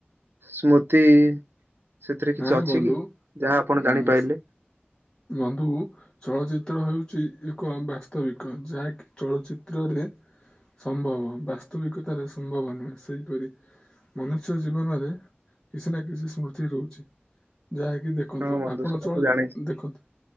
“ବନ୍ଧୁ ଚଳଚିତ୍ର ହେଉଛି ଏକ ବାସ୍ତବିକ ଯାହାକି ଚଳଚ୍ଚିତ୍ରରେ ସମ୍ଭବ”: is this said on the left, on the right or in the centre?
Left